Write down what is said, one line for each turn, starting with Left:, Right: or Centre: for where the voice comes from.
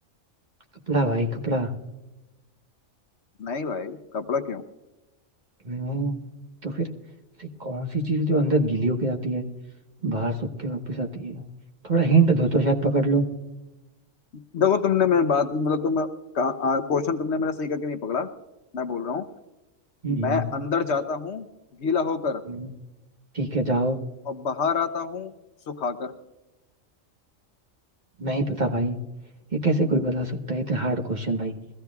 Right: कपड़ा भाई कपड़ा
Left: नहीं भाई कपड़ा क्यों
Right: हम्म, तो फिर ऐसी कौन सी चीज जो अंदर गीली होके जाती है बाहर सूख के वापस आती है थोड़ा हिंट दो तो शायद पकड़ लूं
Left: देखो तुमने मेरी बात मतलब तुम क्वेश्चन तुमने मेरा सही करके नहीं पकड़ा मैं बोल रहा हूँ
Right: हम्म,
Left: मैं अंदर जाता हूँ गीला होकर
Right: हम्म, ठीक है जाओ
Left: और बाहर आता हूँ सुखाकर
Right: नहीं पता भाई ये कैसे कोई बता सकता है इतना हार्ड क्वेश्चन भाई